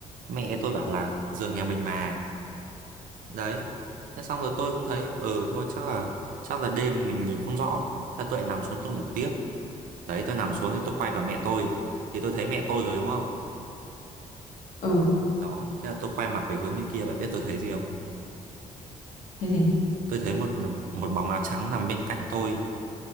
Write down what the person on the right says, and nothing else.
mẹ tôi bảo là giường nhà mình mà đấy thế xong rồi tôi cũng thấy ừ thôi chắc là chắc là đêm mình nhìn không rõ thế tôi lại nằm xuống tôi ngủ tiếp đấy tôi nằm xuống thì tôi quay vào mẹ tôi thì tôi thấy mẹ tôi rồi đúng không
đó thế là tôi quay mặt về hướng bên kia bạn biết tôi thấy gì không
tôi thấy một một bóng áo trắng nằm bên cạnh tôi